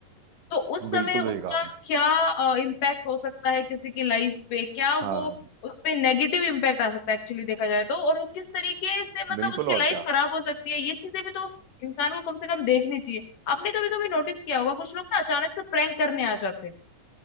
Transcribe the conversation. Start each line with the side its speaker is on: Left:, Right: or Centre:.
Left: तो उस समय
Right: बिल्कुल
Left: उसका
Right: सही कहा आपने
Left: क्या इम्पैक्ट हो सकता है किसी की लाइफ पे क्या वो
Right: हाँ हाँ।
Left: उस पे नेगेटिव इम्पैक्ट आ सकता है एक्चुअली देखा जाए तो और वो किस तरीके से मतलब
Right: बिल्कुल
Left: उसकी
Right: और
Left: लाइफ
Right: क्या
Left: खराब हो सकती है ये चीजें भी तो इंसान को कम से कम देखनी चाहिए आपने कभी कभी नोटिस किया होगा कुछ लोग ना अचानक से प्रैंक करने आ जाते हैं